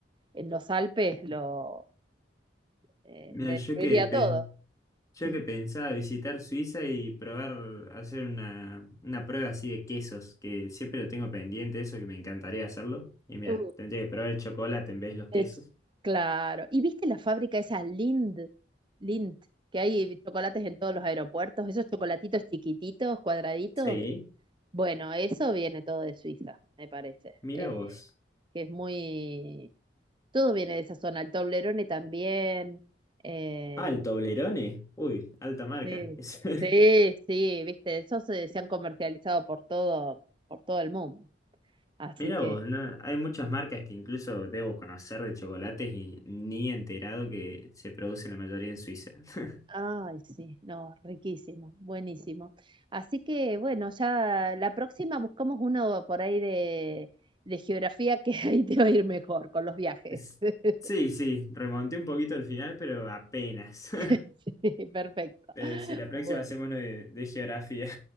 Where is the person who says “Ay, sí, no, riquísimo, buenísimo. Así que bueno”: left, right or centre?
Right